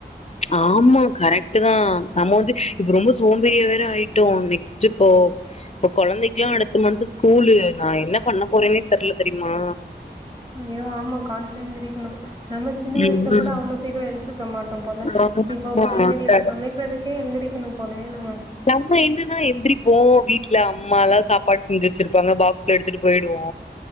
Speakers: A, on the left; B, on the right.
A: ஆமா கரெக்ட்டு தா நம்ம வந்து இப்ப ரொம்ப சோம்பேரியா வேற ஆயிட்டோ நெக்ஸ்ட் இப்போ இப்ப கொழந்தைக்கிலா அடுத்த மந்த்து ஸ்கூலு நா என்ன பண்ண போறனே தெர்ல தெரியுமா
B: ஐயோ ஆமா காலேலே எந்திரிக்கணு நம்ம சின்ன வயசுல
A: ம்
B: கூட அவ்ளோ சீக்கிரோ எஞ்சிருக்க மாட்டோ போல
A: ஆமா
B: இப்போ கொழந்தைங்களுக்கு
A: கரெக்ட்.
B: சமைக்கிறதுக்கே எந்திரிக் இன்னு போலே ந
A: நம்ம என்னன்னா எந்திரிப் இப்போ வீட்டுல அம்மாலா சாப்பாடு செஞ்சு வச்சிருப்பாங்க பாக்ஸ்ல எடுத்துட்டு போயிடுவோ